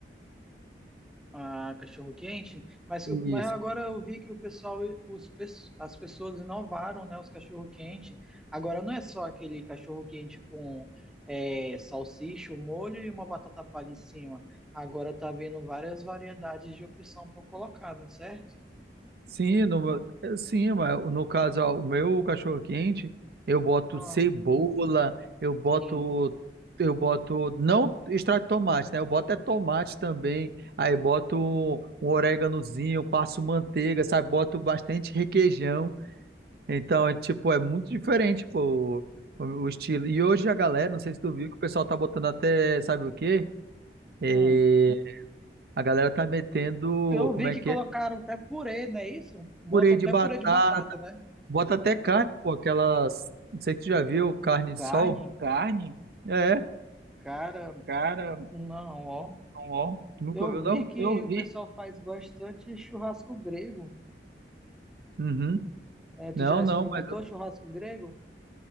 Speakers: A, in the centre; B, on the right.
A: a cachorro-quente, mas,
B: Isso.
A: mas agora eu vi que o pessoal, os, pesso- as pessoas inovaram, né, os cachorro-quente. Agora não é só aquele cachorro-quente com é, salsicha, o molho e uma batata palha em cima. Agora tá vindo várias variedades de opção para colocar, não é certo?
B: Sim, no, sim, mas no caso, ó, o meu cachorro quente, eu boto
A: Ah,
B: cebola, eu boto,
A: sim.
B: eu boto, não extrato de tomate, né? Eu boto é tomate também, aí boto um oréganozinho, passo manteiga, sabe? Boto bastante requeijão. Então, é, tipo, é muito diferente, pô, o, o estilo. E hoje a galera, não sei se tu viu, que o pessoal tá botando até, sabe o quê? É,
A: Hum.
B: a galera tá metendo,
A: Eu
B: como
A: vi
B: é
A: que
B: que
A: colocaram
B: é?
A: até purê, não é isso? Botam
B: Purê de
A: até
B: batata.
A: purê de batata, né?
B: Bota até carne, pô, aquelas. Não sei se tu já viu carne
A: Carne?
B: de sol. Carne, É,
A: Cara,
B: cara,
A: não, ó.
B: ó. nunca
A: Eu
B: viu,
A: vi
B: não?
A: que
B: Eu
A: o
B: vi.
A: pessoal faz bastante churrasco grego.
B: Uhum.
A: É, tu
B: Não,
A: já
B: não,
A: experimentou
B: mas o
A: churrasco grego?